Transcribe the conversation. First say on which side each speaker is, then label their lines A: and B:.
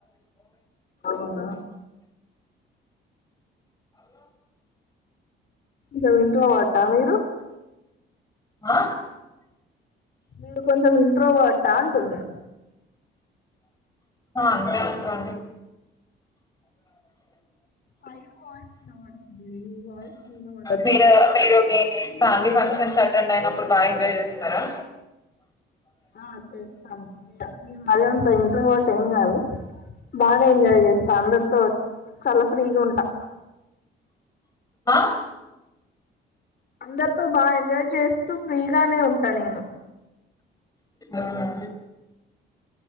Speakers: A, on the left; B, on the left.
A: అవునా టే ఇంట్రోవర్టా మీరు
B: ఆ
A: మీరు కొంచెం ఇంట్రోవర్టా అంటున్నా
B: ఆ అంతే అండి
A: ఫైర్ వాయిస్ వినబడుతుంది మీ వాయిస్ అట్లా
B: మీరు మీరు మీ మీ ఫ్యామిలీ ఫంక్షన్స్ అటెండైనప్పుడు బాగెంజయ్ చేస్తారా
A: ఆ చేస్తాం మేం మరీ అంత ఇంట్రోవర్ట్ ఏమ్ కాదు బానే ఎంజాయ్ చేస్తా అందరితో చాలా ఫ్రీగుంటా
B: ఆ
A: అందరితో బాగా ఎంజాయ్ చేస్తూ ఫ్రీగానే ఉంటా నేను
B: ఆహ్